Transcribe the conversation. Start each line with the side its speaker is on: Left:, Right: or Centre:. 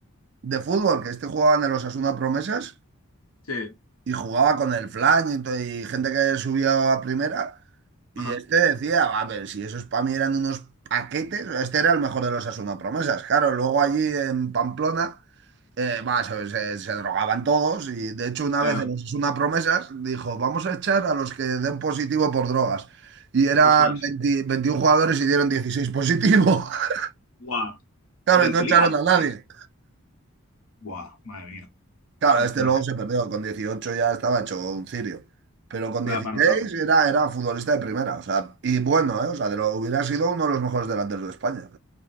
Right: de fútbol, que este jugaba en el Osasuna Promesas
Left: Sí.
Right: y jugaba con el Flan y, to- y gente que subía a primera. Y
Left: Ajá.
Right: este decía, a ver, si esos para mí eran unos paquetes, este era el mejor de los Osasuna Promesas. Claro, luego allí en Pamplona. Eh, va, se, se- se drogaban todos y de hecho una
Left: Ya.
Right: vez en los Osasuna Promesas dijo, vamos a echar a los que den positivo por drogas. Y eran
Left: Ostras.
Right: 20 21 jugadores y dieron 16 positivo. <laughs>
Left: Guau.
Right: Claro,
Left: Del
Right: y no
Left: filial.
Right: echaron a nadie.
Left: Eh, Guau, madre mía.
Right: Claro,
Left: Ostras.
Right: este luego se perdió, con 18 ya estaba hecho un cirio. Pero con
Left: Vaya
Right: 16
Left: panorama.
Right: era, era futbolista de primera, o sea, y bueno, ¿eh? O sea, de lo- hubiera sido uno de los mejores delanteros de España.